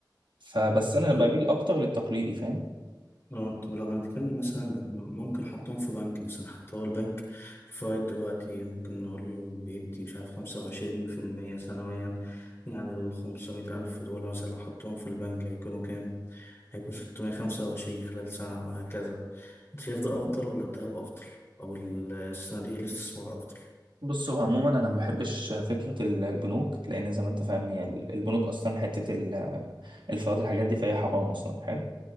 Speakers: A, on the right; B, on the left.
A: فبس انا
B: طيب
A: بميل اكتر للتقليدي فاهم
B: اه طب لو هنتكلم مثلا إن ممكن حطهم في بنك مثلا حتى هو البنك الفوائد دلوقتي ممكن نقول بيدي مش عارف خمسة وعشرين في المية سنويا يعني الخمسمية ألف دول مثلا لو حطهم في البنك هيكونوا كام؟ هيكون ستمية خمسة وعشرين خلال سنة وهكذا أنت شايف ده أفضل ولا الذهب أفضل؟ أو ال- الصناديق الاستثمار أفضل؟
A: بص هو عموما انا ما بحبش فكره ال- البنوك لان زي ما انت فاهم هي ال- البنوك اصلا حته ال- الفوائد الحاجات دي فهي حرام اصلا حلو